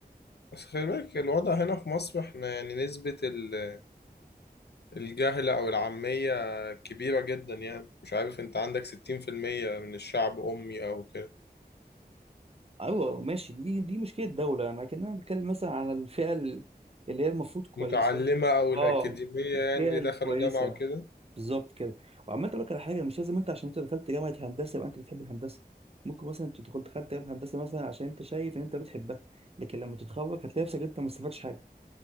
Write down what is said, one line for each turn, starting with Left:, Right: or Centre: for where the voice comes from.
Left: بس خلي بالك الوضع هنا في مصر احنا يعني نسبة ال- الجهل أو العامية كبيرة جدا يعني مش عارف انت عندك ستين في المية من الشعب أمي أو كده
Right: ايوه ماشي دي دي مشكله الدوله انا كان انا بتكلم مثلا على الفئه ال- اللي هي المفروض كويسه
Left: متعلمة أو
Right: اه
Left: الأكاديمية
Right: الفئه
Left: يعني اللي
Right: الكويسه
Left: دخلوا جامعة وكده
Right: بالظبط كده وعمال اقول لك على حاجه مش لازم انت عشان انت دخلت جامعه هندسه يبقى انت بتحب الهندسه ممكن مثلا انت دخلت دخلت جامعه هندسه مثلا عشان انت شايف ان انت بتحبها لكن لما تتخرج هتلاقي نفسك انت ما استفدتش حاجه